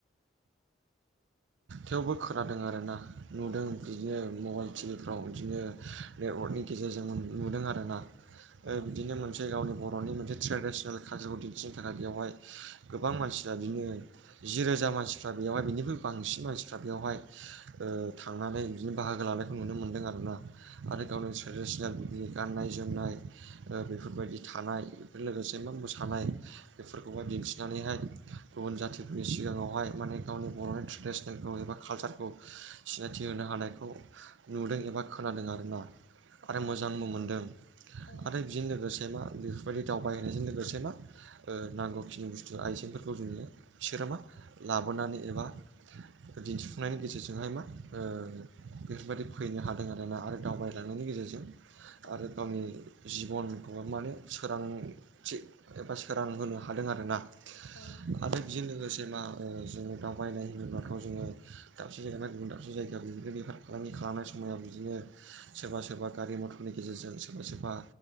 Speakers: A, on the right (about 80°); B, on the left (about 80°).
A: थेवबो खोनादों आर ना नुदों
B: औ
A: बिदिनो मबाइल टिभि फ्राव इदिनो नेटवर्कनि गेजेरजों नुदों आरोना ओ
B: औ
A: बिदिनो मोनसे गावनि बर'नि मोनसे ट्रेडिसनेल कालसारखौ दिन्थिनो थाखाय बेवहाय गोबां मानसिया बिनो जि रोजा मानसिफ्रा बेयावहाय बेनिख्रुइ बांसि न मानसिफ्रा बेवहाय ओ थांनानै बिदिनो बाहागो लानायखौ नुनो मोन्दों आरोना। आरो
B: औ
A: गावनो ट्रेडिसनेल बिदि गाननाय जोमनाय ओ बेफोरबायदि थानाय बेफोर लोगोसे मा मोसानाय बेफोरखौहाय दिन्थिनानैहाय गुबुन जाथिफोरनि सिगाङावहाय माने गावनि बर'नि ट्रे ट्रेडिसनेलखौ एबा कालचारखौ सिनायथि होनो हानायखौ नुदों एबा खोनादों आरोना आरो
B: औ
A: मोजांबो मोनदों
B: औ
A: आरो बेजों लोगोसे मा बेफोरबायदि दावबायहोनायजों लोगोसे मा ओ नांगौखिनि बुस्थु आइजेंफोरखौ जोङो बिसोरो मा लाबोनानै एबा दिन्थिफुंनायनि गेजेरजोंहाय मा ओ बेफोरबायदि फैनो हादों आरोना आरो दावबा लांनायनि गेजेरजों
B: औ
A: आरो गावनि जिबनखौ माने सोरांथि एबा सोरां होनो हादों आर ना।
B: औ
A: आरो बेजों लोगोसे मा ओ जोङो दावबायनाय होनोब्ला खौ जोङो दाबसे जायगानि गुबुन दाबसे जायगायाव बिदिनो बेफार फालांगि खालामनाय समायाव बिदिनो सोरबा सोरबा गारि मथरनि गेजेरजों सोरबा सोरबा